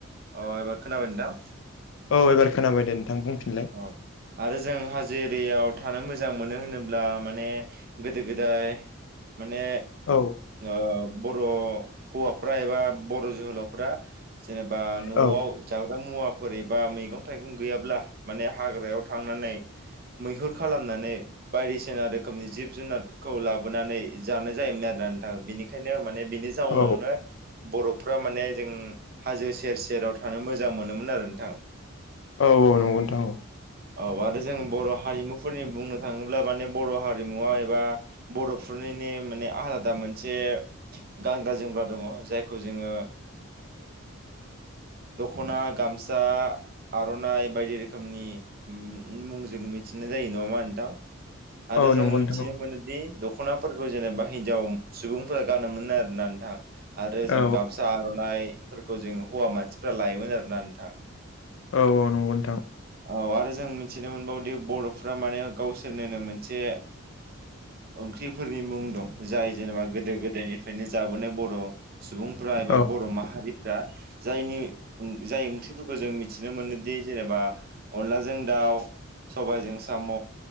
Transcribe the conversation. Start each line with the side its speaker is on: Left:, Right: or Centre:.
Right: अ एबा खोनाबाय दां
Left: औ एबार खोनाबाय दे नोंथां बुंफिनलाय
Right: औ आरो जों हाजो एरियाव थानो मोजां मोनो होनोब्ला माने गोदो गोदाय माने
Left: औ
Right: आ बर' हौवाफ्रा एबा बर' जोहोलावफ्रा जेनेबा न'आव
Left: औ
Right: जाग्रा मुवाफोर एबा मैगं थायगं गैयाब्ला माने हाग्रायाव थांनानै मैहुर खालामनानै बायदिसिना रो रोखोमनि जिब जुनारखौ लाबोनानै जानाय जायोमोन आरोना नोंथाङा बेनिखायनो माने बिनि जाउनावनो
Left: औ
Right: बर'फ्रा माने जों हाजो सेर सेराव थानो मोजां मोनोमोन आरो नोंथां
Left: औ नंगौ नोंथां औ
Right: औ आरो जों बर' हारिमुफोरनि बुंनो थाङोब्ला माने बर' हारिमुवा एबा बर'फोरनिनो माने आलादा मोनसे गानग्रा जोमग्रा दङ जायखौ जोङो दख'ना गामसा आर'नाइ बायदि रोखोमनि मुंजों मि नाय जायो नङा नोंथां आरो
Left: औ
Right: जों
Left: नंगौ
Right: मिथिनो
Left: नोंथां
Right: मोनोदि द दख'नाफोरखौ जेनेबा हिनजाव सुबुंफोरा गानोमोन आरोना नोंथां आरो जों
Left: औ
Right: गामसा आर'नाइफोरखौ जों हौवा मानसिफ्रा लायोमोन आरोना नोंथां
Left: औ औ नंगौ नोंथां
Right: औ आरो जों मिथिनो मोनबावदि बर'फ्रा माने गावसोरनोनो मोनसे ओंख्रिफोरनि मुं दं जाय जेनेबा गोदो गोदायनिफ्रायनो जाबोनाय बर' सुबुंफ्रा एबा
Left: औ
Right: बर' माहारि दा जायनि जाय ओंख्रिफोरखौ जों मिथिनो मोनोदि जेनेबा अनलाजों दाउ सबायजों साम'